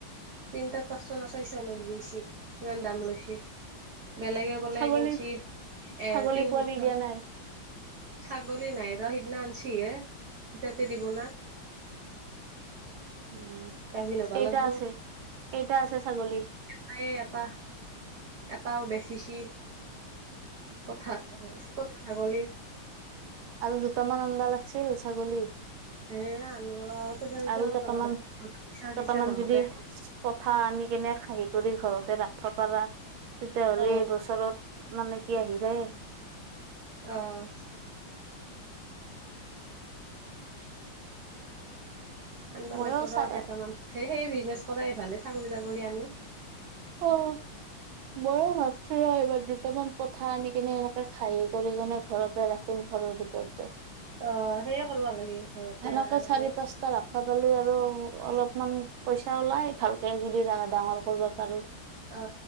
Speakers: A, on the right (about 60°); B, on the right (about 80°).
A: তিনিটা পাঁচশ ন ছয়শ লৈ গেছি ইমান দাম লৈছে। বেলেগে বোলে
B: ছাগলী
A: কিঞ্চি
B: ছাগলী
A: এ তিনিশ।
B: পোৱালি দিয়া নাই
A: ছাগলী নাইৰ সিদিনা আনছিহে ইজাতে দিব না।
B: উম
A: গাভিন হবা
B: এইটা
A: লাগব
B: আছে এইটা আছে ছাগলী।
A: তাই এটা এটাও বেছিছি। পথা। আগলি।
B: আৰু দুটামান আডা লাগছে ৰ ছাগলী।
A: এ আনব ৰ আৰু পইচা চইচাও
B: আৰু কেইটামান
A: যোগাৰ হ'ব।
B: কেইটামান
A: পইচা চইচা নহকে
B: যদি পঠ আনি কেনে খহী কৰি। ঘৰতে ৰাফ পাৰা। তেতিয়া হ'লে
A: অ
B: এই বছৰত। মানে কি আহিল।
A: অহ। আনিবা
B: মইও
A: লাগিব ৰ
B: চাই
A: কেইটামান সেই সেই মিজ। বিজনেছ কৰাই ভালে ছাগলী তাগলী আনি।
B: অ ময়ো ভাবছো ৰ এইবাৰ দুটামান পঠা আনি কিনে এনেকে খাহী কৰি কেনে ঘৰতে ৰাখিম ঘৰৰ ভিতৰতে।
A: অ সেইয়ে কৰিব লাগে। ঘৰতে
B: সেনেকে
A: আৰামত
B: চাৰি পাঁচটা ৰাখত। পালি আৰু অলপমান পইচা ওলাই ভালকে যদি ডাঙৰ কৰিবা পাৰো।
A: অ